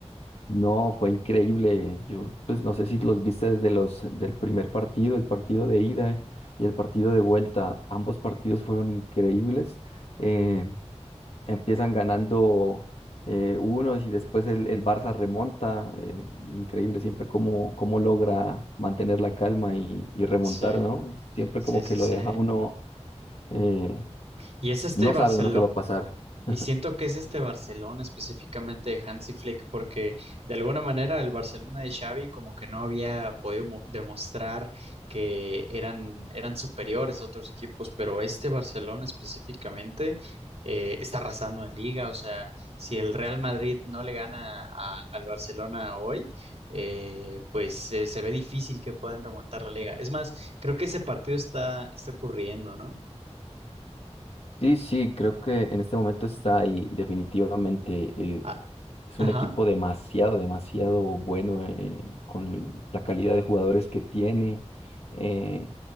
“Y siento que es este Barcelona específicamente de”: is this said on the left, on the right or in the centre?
Right